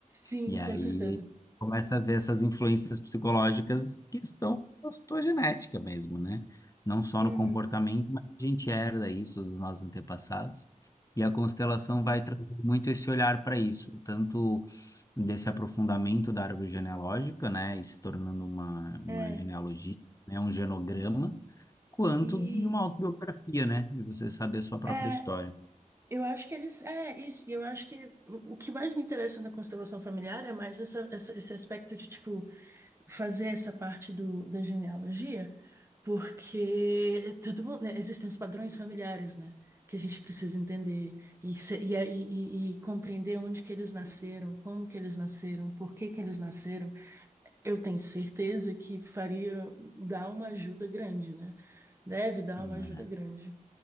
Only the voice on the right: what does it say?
Sim,
com certeza.
Uhum.
É, é.
E
é,
eu acho que eles. É, isso. E eu acho que o, o que mais me interessa na constelação familiar é mais essa, essa- esse aspecto de, tipo, fazer essa parte do, da genealogia, porque todo mundo, né, existem os padrões familiares, né? Que a gente precisa entender e, se- e, e, e- e compreender onde que eles nasceram, como que eles nasceram, por que que eles nasceram. Eu tenho certeza que faria dar uma ajuda grande, né? Deve dar
uma ajuda grande.